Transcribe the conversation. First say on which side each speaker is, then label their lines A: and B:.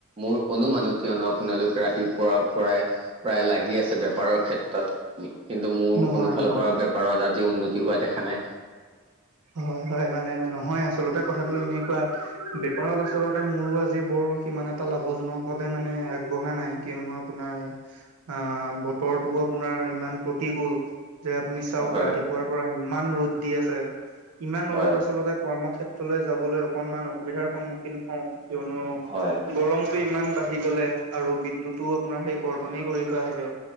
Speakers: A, on the right (about 25°); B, on the right (about 85°).
A: মোৰ অনুমানো কিয়নো আপোনালোক ৰাতিপুৱাৰ পৰাই। প্ৰায় লাগি আছে বেপাৰৰ ক্ষেত্ৰত। কিন্তু মোৰ
B: নহয়
A: কোনো ফালৰ
B: নহয়
A: পৰা বেপাৰত আজি উন্নতি হোৱা দেখা নাই।
B: হয় হয় মানে নহয় আচলতে কথাটো এনেকুৱা বেপাৰত আচলতে মোৰো আজি বৰ। সিমান এটা লাভজনকভাৱে মানে আগবঢ়া নাই কিয়নো আপোনাৰ। আ বতৰটোও আপোনাৰ ইমান প্ৰতিকূল। যে আপুনি চাওক
A: হয়।
B: ৰাতিপুৱাৰ পৰা ইমান ৰ'দ দি আছে। ইমান ৰ'দত
A: হয়
B: আচলতে কৰ্মক্ষেত্ৰলৈ যাবলৈ। অকণমান অসুবিধাৰ সন্মুখীন হওঁ কিয়নো
A: হয়।
B: গৰম। টো ইমান বাঢ়ি গ'লে আৰু বিদ্যুতো আপোনাৰ সেই কৰ্তনে কৰি থোৱা থাকে।